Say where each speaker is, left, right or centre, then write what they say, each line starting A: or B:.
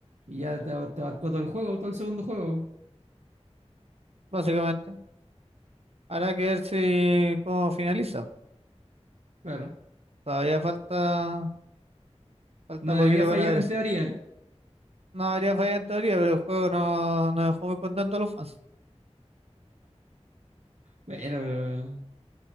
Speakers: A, on the right; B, on the right.
A: y ya te, te abarcó todo el juego, todo el segundo juego.
B: básicamente. Habrá que ver si cómo finaliza.
A: Claro.
B: Todavía falta, falta
A: No debería
B: poquito
A: fallar
B: para ver
A: en
B: eso.
A: teoría.
B: No habría falla en teoría, pero el juego no nos dejó muy contentos a los fans.
A: Bueno, pero